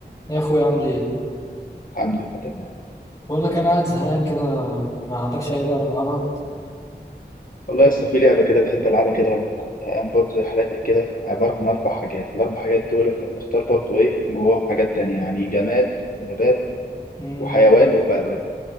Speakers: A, on the left; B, on the left.
A: يا اخويا اعمل ايه
B: الحمد لله تمام
A: بقول لك انا قاعد زهقان كده ما عندكش اي لعبه نلعبها
B: والله لسه في لعبة كده بحب ألعبها كده لما بكون زهقان برضه زي حالاتك كده عبارة عن أربع حاجات الأربع حاجات دول إحنا بنختار برضه إيه جواهم حاجات تانية يعني جماد ونبات
A: امم
B: وحيوان وبلد